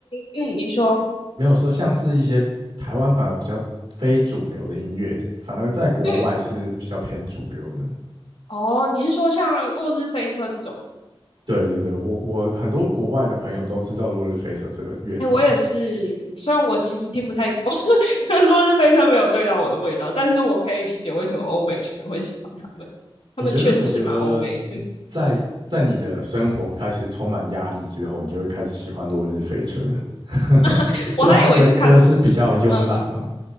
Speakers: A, on the left; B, on the right.
A: 嗯，你说
B: 没有说像是一些台湾反而比较非主流的音乐，反而在国外是比较偏主流的。
A: 嗯哦，你是说像《落日飞车》这种
B: 对对对，我我很多国外的朋友都知道落日飞车这个乐团，
A: 哎，我也是，虽然我其实听不太懂，<laughs>《落日飞车》没有对到我的味道，但是我可以理解为什么欧美圈会喜欢他们，他们确实是蛮欧美的。
B: 我觉得我觉得在在你的生活开始充满压力之后，你就会开始喜欢落日飞车，<laughs>
A: <laughs> 我还以为是康，
B: 因为他们的歌是比较慵懒嘛。
A: 嗯